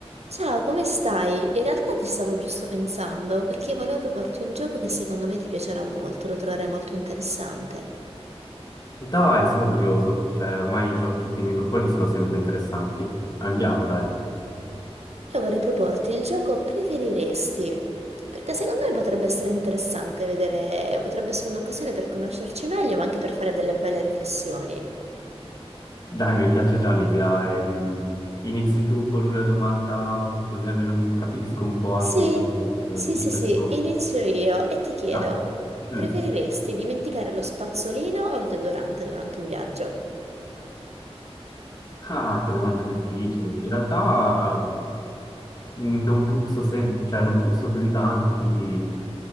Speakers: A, on the right; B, on the left.
A: Ciao, come stai? In realtà ti stavo giusto pensando perché volevo proporti un gioco che secondo me ti piacerà molto, lo troverai molto interessante.
B: Dai, sono curioso, cioè ormai i giochi che mi proponi sono sempre interessanti. Andiamo, dai.
A: Io vorrei proporti il gioco Preferiresti, perché secondo me potrebbe essere interessante vedere, potrebbe essere un'occasione per conoscerci meglio, ma anche per fare delle belle riflessioni.
B: Dai, mi piace già l'idea. ehm, Inizi tu con una domanda, così almeno mi capisco un po' anche
A: Sì,
B: il contesto
A: sì,
B: di
A: sì,
B: questo.
A: sì, inizio io e ti chiedo,
B: Dai. Mm.
A: preferiresti dimenticare lo spazzolino o il deodorante durante un viaggio?
B: Ah, che domanda difficile. In realtà mm, non puzzo, se- cioè, non puzzo così tanto, quindi